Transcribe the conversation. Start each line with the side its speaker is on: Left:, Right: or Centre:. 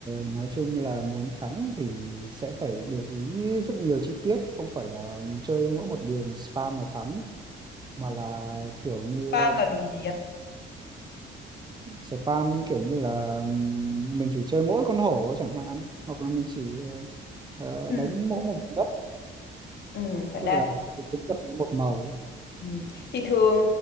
Right: nói chung là muốn thắng thì sẽ phải để ý rất nhiều chi tiết không phải là chơi mỗi một đường spam là thắng mà là kiểu như
Left: spam là đường gì anh
Right: spam kiểu như là ừm, mình chỉ chơi mỗi con hổ chẳng hạn hoặc là mình chỉ ờ, ờ,
Left: ừ,
Right: đánh mỗi một vùng đất
Left: ừ, phải
Right: tức
Left: đa
Right: là tính vật một màu
Left: Ừ. Thì thường